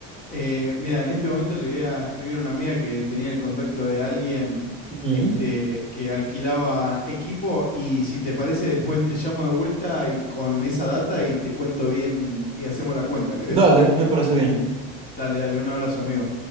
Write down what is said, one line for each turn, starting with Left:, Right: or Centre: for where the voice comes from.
Left: Eh, mira, en este momento le voy a escribir a una amiga que tenía el contacto de alguien
Right: Ujú.
Left: este, que alquilaba equipo y si te parece después te llamo de vuelta y con esa data y te cuento bien y hacemos la cuenta, ¿querés?
Right: Dale, me parece bien.
Left: Dale, dale, un abrazo, amigo.